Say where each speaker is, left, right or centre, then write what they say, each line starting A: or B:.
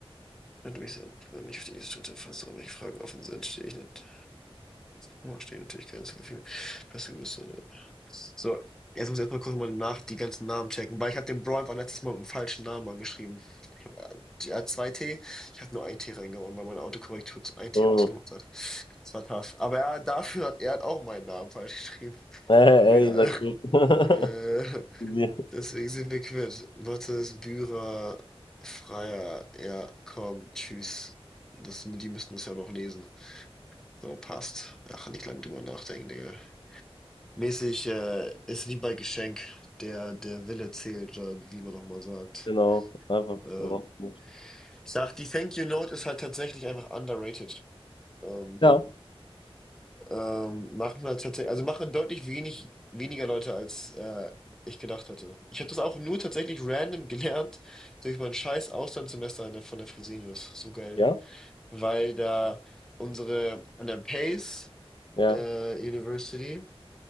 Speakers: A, in the centre; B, on the left.
A: könnte mich, sehr- wenn ich auf die nächste Schritte fasse wenn welche Fragen offen sind, stehe ich nicht. Ja, stehe ich natürlich gerne zur Verfügung. Beste Grüße. So, jetzt muss ich erstmal kurz mal nach die ganzen Namen checken, weil ich habe den Bro einfach letztes Mal mit dem falschen Namen angeschrieben. Ich habe, er hat zwei T, ich habe nur ein T reingehauen, weil meine Autokorrektur zu ein T
B: Mhm.
A: ausgemacht hat. Das war tough. Aber er, dafür hat er hat auch meinen Namen falsch geschrieben.
B: Ey,
A: Aber ja,
B: ey, sag gut. <laughs>
A: äh, <laughs> äh,
B: Die-
A: deswegen sind wir quitt. Mattes, Bührer, Freier, ja, komm, tschüss. Das, die müssten es ja noch lesen. So, passt. Ach, nicht lange drüber nachdenken, Digga. Mäßig, äh, ist wie bei Geschenk. Der, der Wille zählt, oder wie man nochmal sagt.
B: Genau, einfach
A: Ähm,
B: raus. damit.
A: ich sag, die Thank You Note ist halt tatsächlich einfach underrated. Ähm,
B: Ja,
A: Ähm, machen halt tatsächlich, also machen deutlich wenig, weniger Leute, als äh, ich gedacht hätte. Ich habe das auch nur tatsächlich random <laughs> gelernt durch mein scheiß Auslandssemester in der, von der Fresenius. So geil.
B: ja,
A: Weil da unsere, an der Pace
B: ja.
A: äh, University,